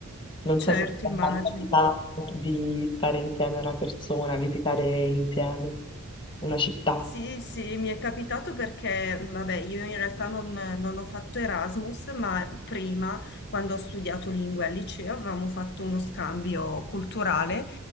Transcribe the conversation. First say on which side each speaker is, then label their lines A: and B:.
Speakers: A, on the left; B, on the left.
A: Non
B: Certo,
A: so se ti
B: immagino.
A: è mai capitato di stare insieme a una persona, visitare insieme una città.
B: Sì, sì, mi è capitato perché, vabbè, io in realtà non, non ho fatto Erasmus, ma prima, quando ho studiato lingue al liceo, avevamo fatto uno scambio culturale